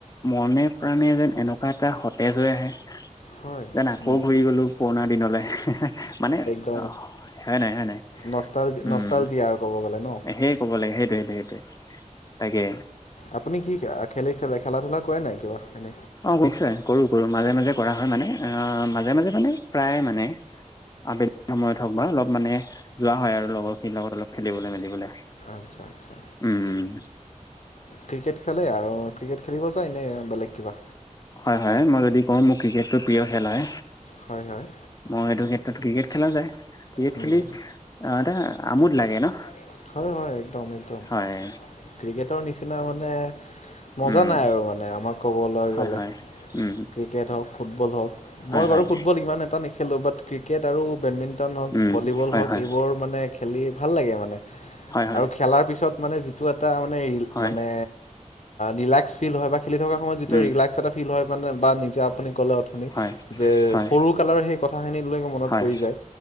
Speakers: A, on the left; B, on the left.
A: মনে প্ৰাণে যেন এনেকোৱা এটা সতেজ হৈ আহে।
B: হয়
A: যেন আকৌ
B: উম,
A: ঘূৰি গলো পুৰণা দিনলে হে হে মানে
B: এক
A: অ হয় নাই হয় নাই
B: নষ্ট
A: উম
B: নষ্টাল জীয়া আৰু কব গলে ন
A: সেই ক'ব লাগে সেইটোৱে সেইটোৱে সেইটোৱে তাকে
B: আপুনি কি খেলি চ খেলা ধূলা কৰে নাই কিবা। এনে
A: অ নিশ্চয় কৰো- কৰো মাজে -মাজে কৰা হয় মানে আহ মাজে -মাজে মানে প্ৰায় মানে আবেলি সময়ত হওক বা অলপ মানে যোৱা হয় আৰু লগৰখিনিৰ লগত অলপ খেলিবলৈ মেলিবলৈ।
B: আচ্ছা আচ্ছা
A: উম
B: ক্ৰিকেট খেলে আৰু। ক্ৰিকেট খেলিব যায় নে বেলেগ কিবা
A: হয় হয়, মই যদি কওঁ মোৰ ক্ৰিকেটটো প্ৰিয় খেল হয়,
B: হয় হয়
A: মই এইটো ক্ষেত্ৰত ক্ৰিকেট খেলা যায় ক্ৰিকেট
B: উম,
A: খেলি আমোদ লাগে ন
B: <unintelligible>
A: হয়
B: মজা
A: উম
B: নাই আৰু মানে আমাক ক'বলৈ
A: হয়
B: গ'লে
A: হয় উম
B: ক্ৰিকেট হওঁক ফুটবল হওঁক।
A: হয়
B: মই
A: হয়
B: বাৰু ফুটবল ইমান এটা নে খেলোঁ। বাট ক্ৰিকেট আৰু বেডমিণ্টন বেডমিন্টন হওঁক
A: উম
B: ভলীবল
A: হয়
B: হওঁক
A: হয়
B: এইবোৰ মানে, খেলি ভাল লাগে মানে। আৰু
A: হয় হয়
B: খেলাৰ পিছত মানে যিটো এটা মানেৰিল
A: হয়
B: মানে, ৰিলাক্স ফিল বাৰ্ড হয়, খেলি থকাৰ সময়ত যিটো
A: উম
B: ৰিলেক্স এটা ফিল হয় ইমান বা নিজে আপুনি, কলে অথনি
A: হয়
B: যে,
A: হয়
B: সৰু কালৰ সেই কথা খিনি লৈ মনত
A: হয়
B: পৰি যায়,